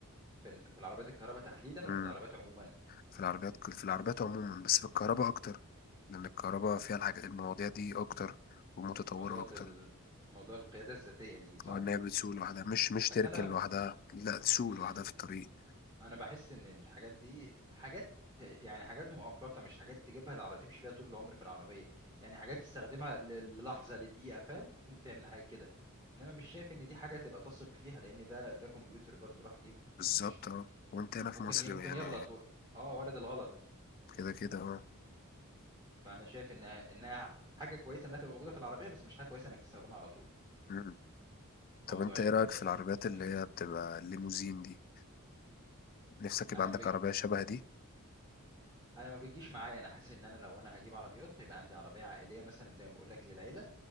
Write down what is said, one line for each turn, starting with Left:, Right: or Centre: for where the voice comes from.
Right: في الك- في العربيات الكهرباء تحديدا
Left: امم
Right: ولا في العربيات عموما
Left: في العربيات في العربيات عموما بس في الكهرباء اكتر لان الكهرباء فيها الحاجات المواضيع دي اكتر ومتطورة
Right: موضوع
Left: اكتر
Right: ال... موضوع القياده الذاتيه دي صح
Left: اه ان هي بتسوق لوحدها مش مش تركن
Right: بس انا
Left: لوحدها لا تسوق
Right: مم.
Left: لوحدها في الطريق
Right: انا بحس ان الحاجات دي حاجات يعني حاجات مؤقته مش حاجات تجيبها العربية تمشي بيها طول العمر في العربيه يعني حاجات تستخدمها ل- للحظه لدقيقه فاهم تكون بتعمل حاجه كده انما مش شايف ان دي حاجه تبقى تثق فيها لان ده ده كمبيوتر برضو راح جيم
Left: بالظبط
Right: يعني مش
Left: اه وانت هنا في
Right: ممكن
Left: مصر
Right: ي... ممكن
Left: يعني
Right: يغلط هو اه وارد الغلط
Left: كده كده اه
Right: فانا شايف انها انها حاجه كويسه انها تبقى موجوده في العربيه بس مش حاجه كويسه انك تستخدمها على طول
Left: مم. طب
Right: موضوع
Left: انت ايه
Right: ال
Left: رأيك في العربيات اللي
Right: الزيت.
Left: هي بتبقى الليموزين دي نفسك يبقى
Right: انا
Left: عندك
Right: ما بج...
Left: عربية شبه دي
Right: انا ما بتجيش معايا انا حاسس ان انا لو انا هجيب عربيات يبقى عندي عربيه عائليه مثلا زي ما بقول لك للعيله